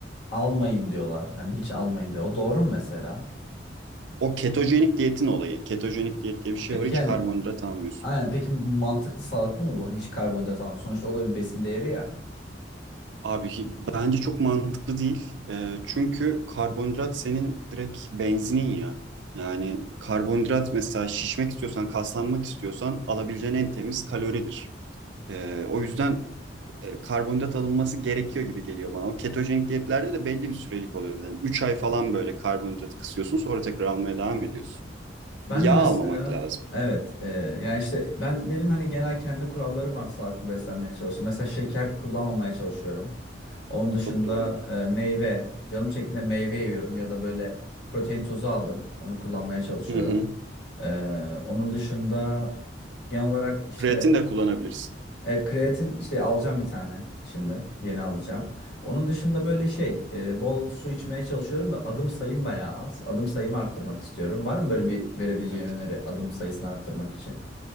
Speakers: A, on the left (about 65°); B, on the right (about 75°).
A: almayın diyorlar. Hani hiç almayın diyor. O doğru mu mesela?
B: O ketojenik diyetin olayı. Ketojenik diyet diye bir şey
A: Peki
B: var. Hiç
A: yani
B: karbonhidrat almıyorsun.
A: aynen peki mantıklı sağlıklı mı bu? Hani hiç karbonhidrat almak. Sonuçta o da bir besin değeri ya.
B: Abi hi- bence çok mantıklı değil. Ee, çünkü karbonhidrat senin direkt benzinin ya. Yani karbonhidrat mesela şişmek istiyorsan, kaslanmak istiyorsan alabileceğin en temiz kaloridir. Ee, o yüzden e, karbonhidrat alınması gerekiyor gibi geliyor bana. O ketojenik diyetlerde de belli bir sürelik oluyor. Yani 3 ay falan böyle karbonhidratı kısıyorsun sonra tekrar almaya
A: Evet.
B: devam ediyorsun.
A: Ben
B: Yağ
A: de mesela
B: almamak lazım.
A: evet e, yani işte ben benim hani genel kendi kurallarım var sağlıklı beslenmeye çalışıyorum. Mesela şeker kullanmamaya çalışıyorum. Onun dışında
B: Çok doğru.
A: e, meyve. Canım çektiğinde meyve yiyorum ya da böyle protein tozu aldım. Onu kullanmaya çalışıyorum.
B: Hı hı.
A: Ee, onun dışında genel olarak işte
B: Kreatin de kullanabilirsin.
A: evet kreatin işte alacağım bir tane şimdi. Yeni alacağım. Onun dışında böyle şey e, bol su içmeye çalışıyorum da adım sayım bayağı az. Adım sayımı arttırmak istiyorum. Var mı böyle bir verebileceğin
B: Evet.
A: öneri adım sayısını arttırmak için?